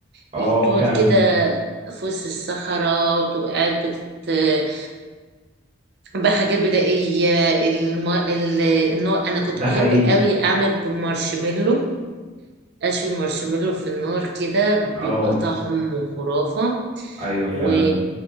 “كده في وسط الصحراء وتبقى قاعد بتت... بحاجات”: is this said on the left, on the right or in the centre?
Right